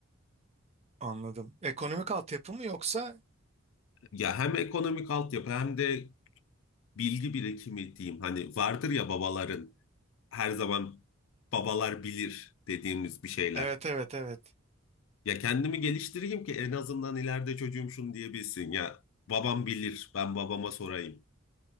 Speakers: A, on the right; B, on the left.
A: anladım. Ekonomik altyapı mı yoksa?
B: Ya hem ekonomik altyapı hem de bilgi birikimi diyeyim. Hani vardır ya babaların her zaman babalar bilir dediğimiz bir şeyler.
A: Evet evet evet.
B: Ya kendimi geliştireyim ki en azından ileride çocuğum şunu diyebilsin. Ya babam bilir, ben babama sorayım.